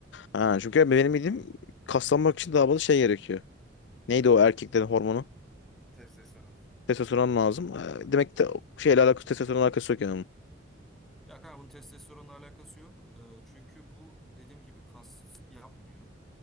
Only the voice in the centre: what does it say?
Testosteron.
Ya kanka bunun testosteronla alakası yok. Ee, çünkü bu dediğim gibi kas yapmıyor.